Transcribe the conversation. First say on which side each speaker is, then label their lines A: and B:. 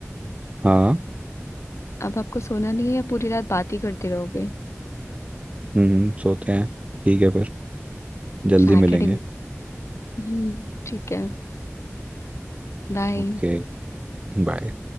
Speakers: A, on the right; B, on the left.
A: हाँ
B: अब आपको सोना नहीं है या पूरी रात बात ही करते रहोगे
A: हम्म सोते हैं ठीक है फिर जल्दी
B: सैटरडे
A: मिलेंगे
B: हम्म ठीक है बाय
A: ओके बाय